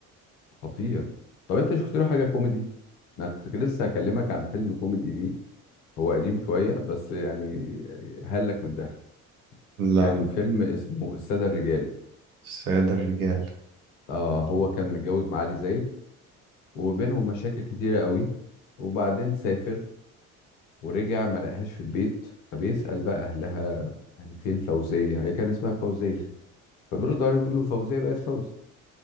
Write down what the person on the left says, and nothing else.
خطير طب انت شفت له حاجه كوميدي انا كنت لسه هكلمك عن فيلم كوميدي ليه هو قديم شويه بس يعني هلك من الضحك
كان فيلم اسمه الساده الرجال
اه هو كان متجوز معالي زايد وبينهم مشاكل كتيره قوي وبعدين سافر ورجع ما لقاهاش في البيت فبيسأل بقى أهلها يعني فين فوزية هي كان اسمها فوزية فبيردوا عليه بيقولوا له فوزية بقت فوزي